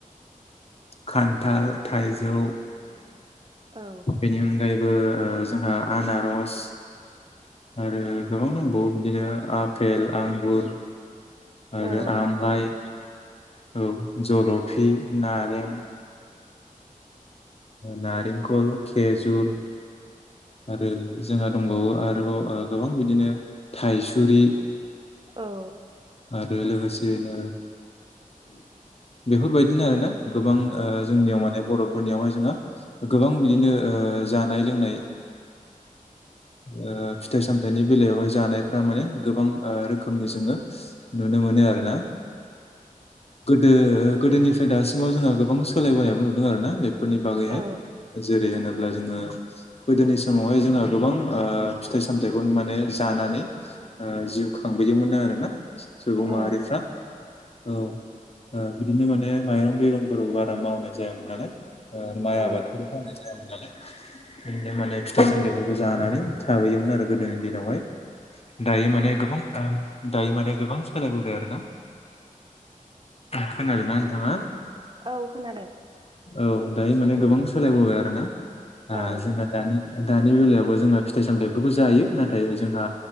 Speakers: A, on the left; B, on the right.
A: खान्थाल, थाइजौ
B: औ
A: बेनि अनगायैबो जोंहा आनारस आरो गोबां दंबावो बिदिनो आफपेल, आंगुर, आरो
B: औ
A: आमलाय औ जल'फि नारें। नारेंखल, खेजुर, आरो जोंहा दंबावो आरोबाव गोबां बिदिनो थाइसुरि
B: औ
A: आरो लोगोसेैनो बेफोरबायदिनो आरोना? गोबां जोंनियाव माने बर'फोरनियावहाय जोंहा गोबां बिदिनो जानाय लोंनाय। <inaudible> फिथाइ सामथायाइनि बेलायावहाय जानायफ्रा माने गोबां रोखोमनि जोङो नुनो मोनो आरो ना गोदो गोदोनिफ्राय दासिमाव जोङो गोबां सोलायबोनायबो नुदों आर ना बेफोरनि बागैहाय
B: औ
A: जेरै होनो अब्ला जोङो गोदोनि समावहाय जोङो गोबां फिथाइ सामथाइखौ माने जानानै जिउ खाङो बोयोमोन आरोना सुबुं माहारिफ्रा।
B: औ
A: औ बिदिनो माने माइरं दैरंफोर बारा मावनाय जायामोन नालाय। ओ माइ
B: औ
A: आबादफोर मावनाय जायामोन नालाय। बिदिनो माने फिथाइ सामथाइफोरखौ जानानै थाबोयोमोन आरो गोदोनि दिनावहाय। दायो माने गोबां दायो माने गोबां सोलायबोबाय आरो ना खोनादोंना नोंथाङा?
B: औ खोनादों
A: औ दायो माने गोबां सोलायबोबाय आरोना?
B: औ
A: आ जोंना दानि दानि बेलायावबो जोंहा फिथाइ सामथायफोरखौ जायो नाथाय जोंहा